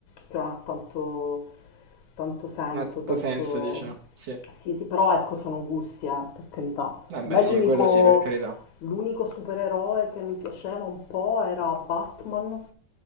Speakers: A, on the left; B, on the right.
A: che non ha tanto, tanto senso,
B: Non ha tutto
A: tanto...
B: senso, dici, no? Sì.
A: Sì, sì, però ecco, sono gusti, eh, per carità.
B: Vabbè,
A: Ma è
B: sì,
A: l'unico
B: quello sì, per carità.
A: L'unico supereroe che mi piaceva un po' era Batman,